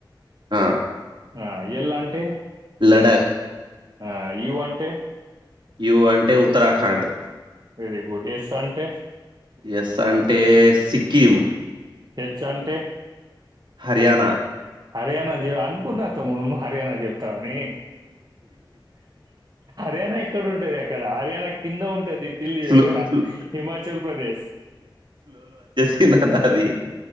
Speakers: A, on the right; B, on the right.
A: ఆ
B: ఆ ఎల్ అంటే
A: లడాక్
B: ఆ యు అంటే?
A: యు అంటే ఉత్తరాఖండ్
B: వెరీ గుడ్ ఎస్ అంటే
A: ఎస్ అంటే సిక్కిం
B: హెచ్ అంటే?
A: హర్యానా
B: హర్యానా జీవ అనుకున్న తమ్ము నును నువ్వు హర్యానా జెప్ కాని హర్యానా ఎక్కడ ఉంటది అక్కడ హర్యాన కింద ఉంటది డిల్లీ
A: ఫ్లో
B: దగ్గర
A: ఫ్లో
B: హిమాచల్ ప్రదేశ్
A: కింద అన్న అది